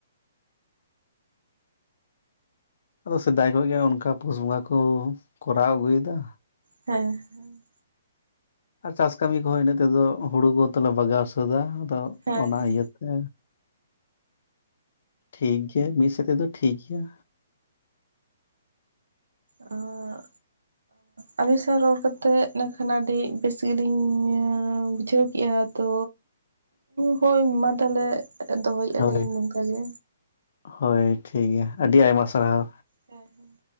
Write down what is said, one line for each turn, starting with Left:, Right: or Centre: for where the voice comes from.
Left: ᱟᱫᱚ ᱥᱮᱫᱟᱭ ᱠᱷᱚᱡ ᱜᱮ ᱚᱱᱠᱟ ᱯᱩᱥ ᱵᱚᱸᱜᱟ ᱠᱚ ᱠᱚᱨᱟᱣ ᱟᱹᱜᱩᱭ ᱮᱫᱟ
Right: ᱦᱮᱸ ᱻ ᱦᱮᱸᱻ
Left: ᱟᱨ ᱪᱟᱥ ᱠᱟᱹᱢᱤ ᱠᱚᱦᱚᱸ ᱤᱱᱟᱹᱜ ᱛᱮᱫᱚ ᱦᱳᱲᱳ ᱠᱚ ᱛᱚᱞᱮ ᱵᱟᱜᱟᱣ ᱥᱟᱹᱛᱟ ᱛᱚ
Right: ᱦᱮᱸ
Left: ᱚᱱᱟ ᱤᱭᱟᱹ ᱛᱮ ᱴᱷᱤᱠ ᱜᱮᱭᱟ ᱢᱤᱫ ᱥᱮᱫ ᱛᱮᱫᱚ ᱴᱷᱤᱠ ᱜᱮᱭᱟ
Right: ᱟᱸᱻ ᱟᱹᱵᱤᱧ ᱥᱟᱶ ᱨᱚᱲ ᱠᱟᱛᱮᱜ ᱤᱱᱟᱹ ᱠᱷᱟᱱ ᱟᱹᱰᱤ ᱵᱮᱥ ᱜᱮᱞᱤᱧ ᱵᱩᱡᱷᱟᱹᱣ ᱠᱮᱜᱼᱟ ᱛᱚ ᱦᱳᱭ ᱢᱟ ᱛᱟᱦᱞᱮ ᱫᱚᱦᱚᱭᱮᱜᱼᱟᱹᱞᱤᱧ
Left: ᱦᱳᱭ
Right: ᱱᱚᱝᱠᱟ ᱜᱮ
Left: ᱦᱳᱭ ᱴᱷᱤᱠ ᱜᱮᱭᱟ ᱟᱹᱰᱤ ᱟᱭᱢᱟ ᱥᱟᱨᱦᱟᱣ
Right: ᱦᱮᱸ ᱦᱮᱸ